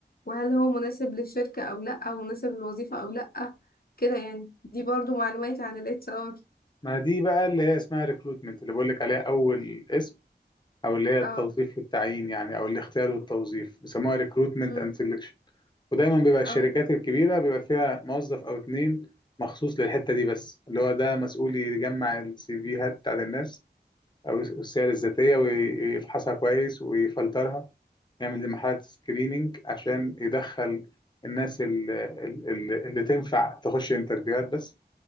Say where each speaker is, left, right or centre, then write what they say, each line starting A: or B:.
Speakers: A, on the left; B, on the left.
A: وهل هو مناسب للشركه او لا او مناسب للوظيفه او لا كده يعني دي برضو معلوماتي عن الاتش ار
B: ما دي بقى اللي هي اسمها ريكروتمنت اللي بقول لك عليها اول اسم او اللي هي التوظيف
A: اه
B: والتعيين يعني او الاختيار والتوظيف بيسموها ريكروتمنت
A: مم.
B: اند سelection ودايما بيبقى الشركات
A: اه
B: الكبيرة بيبقى فيها موظف أو اتنين مخصوص للحتة دي بس اللي هو ده مسؤول يجمع السي فيهات بتاعت الناس أو السير الذاتية ويفحصها كويس ويفلترها يعمل لمرحلة سكريننج عشان يدخل الناس ال- ال- ال- اللي تنفع تخش انترفيوهات بس